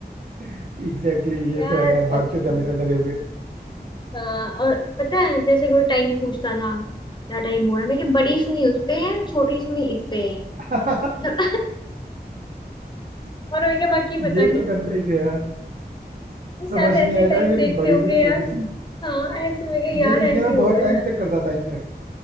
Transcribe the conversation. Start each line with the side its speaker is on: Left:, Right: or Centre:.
Right: एग्जैक्टली exactly, ये
Left: यार
Right: तो है यार
Left: बचपन
Right: भागते थे हमेशा
Left: में।
Right: डरे हुए
Left: हाँ और पता है जैसे कोई टाइम पूछता था क्या टाइम हुआ है मैं कि बड़ी सुई उस पे है छोटी सुई इस पे है
Right: <laughs>
Left: मतलब <laughs> और मैं क्या बाकी पता
Right: ये
Left: नहीं
Right: तो करते ही थे यार
Left: नहीं, शायद
Right: समझ नहीं
Left: ऐसे
Right: आया
Left: टाइम
Right: टाइम लेकिन
Left: देखते
Right: बड़ी
Left: होंगे
Right: सुई
Left: यार
Right: छोटी सुई
Left: हाँ ऐसे में क्या
Right: ये
Left: यार
Right: मैं ये
Left: ऐसे
Right: मैं
Left: ही
Right: बहुत
Left: होगा
Right: टाइम
Left: शायद
Right: तक करता था इनफैक्ट